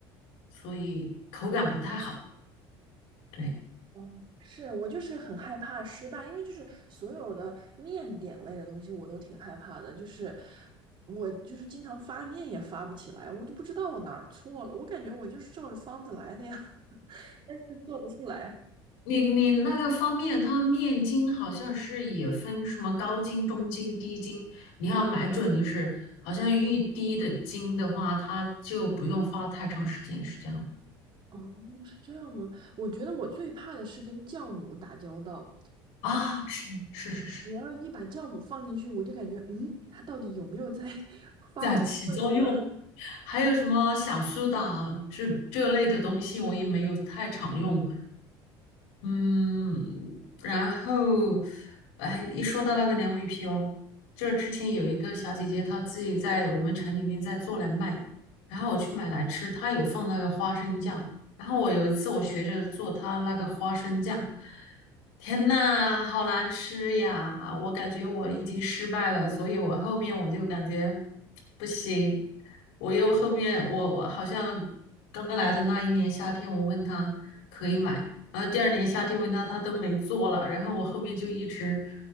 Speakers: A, on the left; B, on the right.
A: 所以口感不太好。对
B: 嗯，是我就是很害怕失败，因为就是所有的面点类的东西我都挺害怕的，就是我就是经常发面也发不起来，我就不知道我哪儿错了，我感觉我就是照着方子来的呀，<laughs> 但是做不出来。
A: 你，你那个方面，它面筋好像是也分什么高筋、中筋、低筋，你要买准，就是好像越低的筋的话，它就不用发太长时间，是这样
B: 哦，是这样吗？我觉得我最怕的是跟酵母打交道，
A: 啊？是是是是，
B: 我要一把酵母放进去，我就感觉嗯，它到底有没有在 <laughs> 发挥作用啊？
A: 在起作用。还有什么小苏打这这类的东西，我也没有太常用，嗯，然后，哎，一说到那个凉米皮哦，就是之前有一个小姐姐，她自己在我们城里面在做来卖，然后我去买来吃，她有放那个花生酱，然后我有一次我学着做她那个花生酱，天呐，好难吃呀！我感觉我已经失败了，所以我后面我就感觉不行，我又后面我我好像刚刚来的那一年夏天，我问她可以买。然后第二年夏天维纳他都没做了，然后我后面就一直